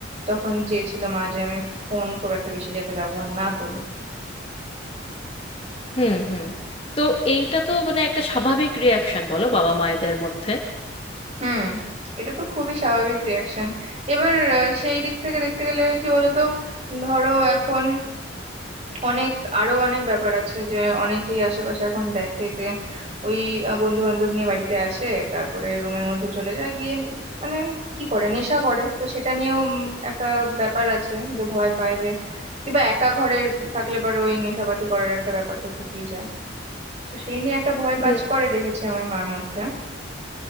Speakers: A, on the right; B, on the left.
A: তখন চেয়েছিল মা যে আমি ফোন খুব একটা বেশি যাতে ব্যবহার না করি
B: হুম হুম তো এইটা তো মানে একটা স্বাভাবিক রিয়াকশন বলো বাবা মায়েদের মধ্যে
A: হুম এটা তো খুবই স্বাভাবিক রিয়াকশন এবার আহ, সেই দিক থেকে দেখতে গেলে কি বলতো ধরো এখন অনেক আরো অনেক ব্যাপার আছে যে অনেকেই আশেপাশে এখন দেখে যে ওই বন্ধু বান্ধব নিয়ে বাড়িতে আসে তারপরে রুমের মধ্যে চলে যায় গিয়ে মানে কি করে নেশা করে তো সেটা নিয়েও উম একটা ব্যাপার আছে যে ভয় পায় যে কিংবা একা ঘরে থাকলে পরে ওই নেশাপাতি করার একটা ব্যাপার তো থেকেই যায় তো সেই নিয়ে একটা ভয়
B: হুম
A: কাজ করে দেখেছি আমি মার মধ্যে